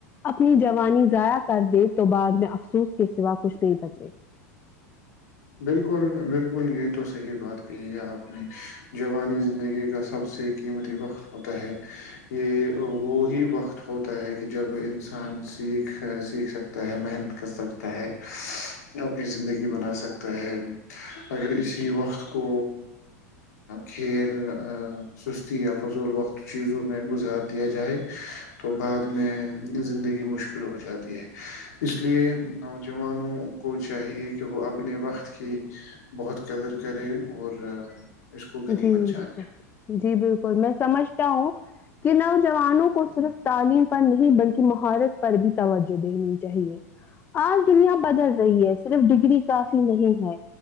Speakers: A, on the left; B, on the left.
A: اپنی جوانی ضائع کر دے تو بعد میں افسوس کے سوا کچھ نہیں پتا
B: بالکل بالکل یہی تو صحیح بات کہی ہے آپ نے جوانی زندگی کا سب سے قیمتی وقت ہوتا ہے یہ وہی وقت ہوتا ہے کہ جب انسان سیکھ سیکھ سکتا ہے محنت کر سکتا ہے اپنی زندگی بنا سکتا ہے اگر اسی وقت کو کھیل سستی یا فضول وقت چیزوں میں گزار دیا جائے تو بعد میں زندگی مشکل ہو جاتی ہے ہاں اس لیے نوجوانوں کو چاہیے کہ وہ اپنے وقت کی بہت قدر کرے اور اس کو غنیمت
A: جی
B: جانے
A: بالکل جی بالکل میں سمجھتا ہوں کہناام جوانوں کو صرف تعلیم پر نہیں بلکہ مہارت پر بھی توجہ دینی چاہیے آج دنیا بدل رہی ہے صرف ڈگری کافی نہیں ہے